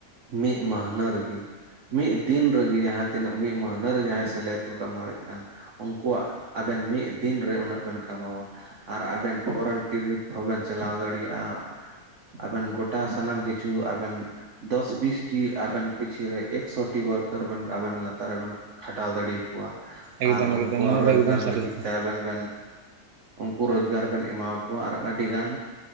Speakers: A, on the right; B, on the right.
A: ᱢᱤᱫ ᱢᱟᱹᱦᱱᱟᱹ ᱨᱮᱜᱮ ᱢᱤᱜ ᱫᱤᱱ ᱨᱮᱜᱮ ᱡᱟᱦᱟᱸ ᱛᱤᱱᱟᱹᱜ ᱢᱤᱜ ᱢᱟᱹᱦᱱᱟᱹ ᱨᱮ ᱡᱟᱦᱟᱸᱭ ᱥᱮᱞᱟᱨᱤ ᱠᱚ ᱠᱟᱢᱟᱣᱮᱜ ᱠᱟᱱ ᱩᱝᱠᱩᱣᱟᱜ ᱟᱵᱮᱱ ᱢᱤᱜ ᱫᱤᱱ ᱨᱮ ᱩᱱᱟᱹᱜ ᱵᱮᱱ ᱠᱟᱢᱟᱣᱟ᱾ ᱟᱨ ᱟᱵᱮᱱ ᱯᱷᱚᱨᱮᱱ ᱴᱩᱨᱤᱯ ᱦᱚᱸᱵᱮᱱ ᱪᱟᱞᱟᱣ ᱫᱟᱲᱮᱭᱟᱜᱼᱟ᱾ ᱟᱵᱮᱱ ᱜᱚᱴᱟ ᱥᱟᱱᱟᱢ ᱠᱤᱪᱷᱩ ᱟᱵᱮᱱ ᱫᱚᱥ ᱵᱤᱥᱴᱤ ᱟᱵᱮᱱ ᱯᱤᱪᱷᱤᱨᱮ ᱮᱠᱥᱚ ᱴᱤ ᱣᱟᱹᱨᱠᱟᱹᱨ ᱵᱮᱱ ᱟᱵᱮᱱ ᱞᱟᱛᱟᱨ ᱨᱮᱵᱮᱱ ᱠᱷᱟᱴᱟᱣ ᱫᱟᱲᱤ ᱠᱚᱣᱟ᱾
B: ᱮᱠᱫᱚᱢ
A: ᱟᱨ ᱩᱝᱠᱩᱣᱟᱜ
B: ᱮᱠᱫᱚᱢ ᱱᱚᱣᱟ
A: ᱨᱳᱡᱽᱜᱟᱨ
B: ᱫᱚ ᱮᱠᱫᱚᱢ ᱥᱟᱹᱨᱤ
A: ᱞᱟᱹᱜᱤᱫ
B: ᱠᱟᱛᱷᱟ
A: ᱛᱮ ᱟᱵᱮᱱ ᱵᱮᱱ ᱩᱱᱠᱩ ᱨᱳᱡᱽᱜᱟᱨ ᱵᱮᱱ ᱮᱢᱟᱠᱚᱣᱟ ᱟᱨ ᱟᱹᱰᱤ ᱜᱟᱱ